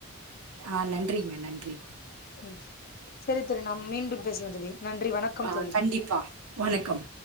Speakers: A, on the right; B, on the left.
A: ஆ நன்றிங்க நன்றி
B: உம் சரி தோழி நம் மீண்டும் பேசலாம் தோழி நன்றி வணக்கம்
A: ஆஹ்
B: தோழி
A: கண்டிப்பா வணக்கம்